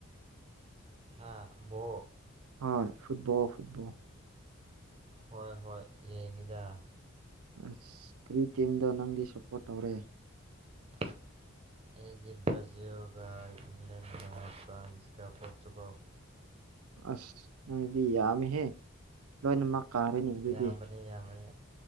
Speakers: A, on the right; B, on the right.
A: ꯍꯥꯥ ꯣ
B: ꯍꯣꯏ ꯐꯨꯠꯕꯣ ꯐꯨꯠꯕꯣꯜ
A: ꯍꯣꯏ ꯍꯣꯏ ꯌꯦꯡꯉꯤꯗ
B: ꯑꯁ ꯀꯔꯤ ꯇꯤꯝꯗꯣ ꯅꯪꯗꯤ ꯁꯞꯄꯣꯔꯠ ꯇꯧꯔꯦ
A: <inaudible> ꯑꯩꯗꯤ ꯕ꯭ꯔꯥꯖꯤꯜꯒ ꯏꯪꯂꯦꯟꯒ ꯐ꯭ꯔꯥꯟꯁꯀ ꯄꯣꯔꯆꯨꯒꯜ
B: ꯑꯁꯗꯤ ꯑꯃ ꯍꯦ ꯂꯣꯏꯅꯃꯛ ꯀꯥꯔꯅꯤ ꯑꯗꯨꯗꯤ
A: ꯌꯥꯝꯕꯅꯦ ꯌꯥꯝꯕꯅꯦ